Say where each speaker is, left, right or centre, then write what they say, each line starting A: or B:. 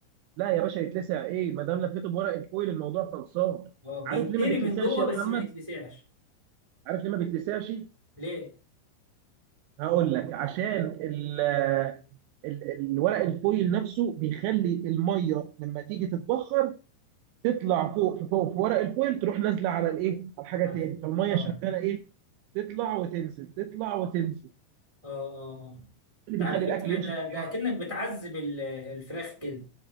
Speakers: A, on the right; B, on the right.
A: لا يا باشا يتلسع ايه ما دام لفيته بورق الفويل الموضوع خلصان
B: اه بيتهري
A: عارف ليه ما بتلسعش
B: من جوه
A: يا
B: بس
A: محمد
B: ما يتلسعش
A: عارف ليه ما بتلسعش
B: ليه
A: هقول لك عشان ال ال- الورق الفويل نفسه بيخلي الميه لما تيجي تتبخر تطلع فوق في فوق في ورق الفويل تروح نازله على الايه على حاجه
B: عارف.
A: تاني فالميه
B: اه
A: شغاله ايه تطلع وتنزل تطلع وتنزل
B: اه اه
A: إيه
B: ده
A: اللي
B: على
A: بيخلي
B: فكرة
A: الاكل ينشف
B: ده
A: يا
B: ده
A: محمد
B: كأنك بتعذب ال- الفراخ كده